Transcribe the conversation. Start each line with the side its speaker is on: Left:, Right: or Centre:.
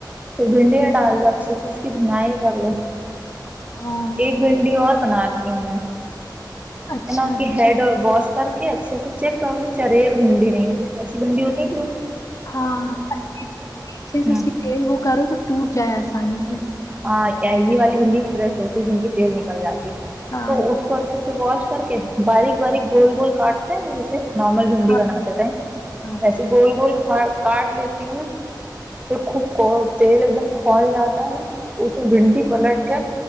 Right: پھر بھنڈیاں ڈال دو اچھے سے اس کی بنائی کر لو
Left: ہاں
Right: ایک بھنڈی اور بناتی ہوں
Left: اچھا
Right: میں نا اس کی ہیڈ اور واش کر کے اچھے سے چیک کر لو چر اور بھنڈی نہیں کچ ایسی بھنڈی ہوتی ہے جو
Left: ہاں پیچھے سے
Right: ہوں
Left: اس کی پڑ وہ کرو تو ٹوٹ جائے آسانی سے
Right: ہاں یہ والی گنڈی ش ہوتی جن کی تیل نکل جاتی ہے
Left: ہاں
Right: تو اس کو اچھے واش کر کے باریک باریک گول گول کاٹتے ہیں مجھے سے نارمل بھنڈی
Left: ہاں
Right: بناتے تھے
Left: ہاں
Right: ویسے گول گول کاٹ لیتی ہوں نا پھر خوب تیل ایک دم کھول جاتا ہے نا اس بھنٹی پلٹ کر